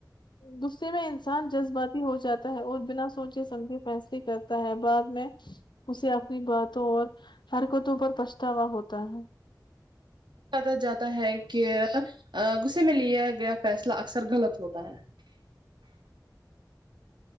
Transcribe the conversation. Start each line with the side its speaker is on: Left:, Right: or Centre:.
Left: غصے میں انسان جذباتی ہو جاتا ہے اور بنا سوچے سمجھے فیصلے کرتا ہے بعد میں اسے اپنی باتوں اور حرکتوں پر پچھتاوا ہوتا ہے
Right: پتا جاتا ہے کہ غصے میں لیا گیا فیصلہ اکثر غلط ہوتا ہے